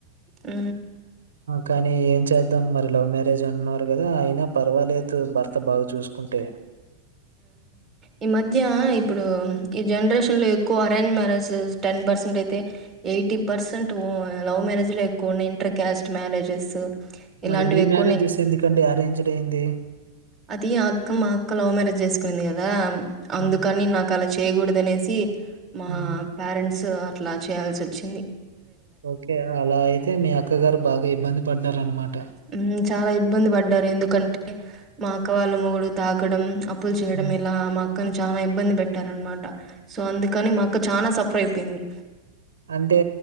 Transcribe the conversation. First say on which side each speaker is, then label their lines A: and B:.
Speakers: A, on the right; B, on the right.
A: ఊ
B: కానీ ఏం చేద్దాం మరి లవ్ మ్యారేజ్ అన్నారు కదా అయినా పర్వాలేదు భర్త బాగా చూసుకుంటే
A: ఈ మధ్య ఇప్పుడు ఈ జనరేషన్ లో ఎక్కువ అరేంజ్ మ్యారేజెస్ టెన్ పర్సెంట్ అయితే ఎయిటీ పర్సెంట్ లవ్ మ్యారేజ్ లో ఎక్కువ ఉన్నాయి ఇంటర్ క్యాస్ట్ మ్యారేజెస్
B: మరి
A: ఇలాంటివి
B: మీ
A: ఎక్కువ
B: మ్యారేజ్
A: ఉన్నాయి.
B: చేస్ ఎందుకండి అరేంజ్డ్ అయ్యంది
A: అది అక్క మా అక్క లవ్ మ్యారేజ్ చేసుకునేంది కదా అందుకని
B: హ్మ్.
A: నాకు అలా చ్ చేయకూడదు అనేసి మా
B: హ్మ్.
A: పేరెంట్స్ అట్లా చేయాల్సి వచ్చింది
B: ఓకే అలా అయితే మీ అక్కగారు బాగా ఇబ్బంది పడ్డారు అనమాట
A: ఉ చాలా ఇబ్బంది పడ్డారు ఎందుకంటే మా అక్క వాళ్ళ మొగుడు తాగడం అప్పులు చేయడం
B: హ్మ్.
A: ఇలా మా అక్కను చాలా ఇబ్బంది పెట్ట పెట్టారనమాట సో అందుకని మాకు చానా సఫర్ అయిపోయింది
B: అంటే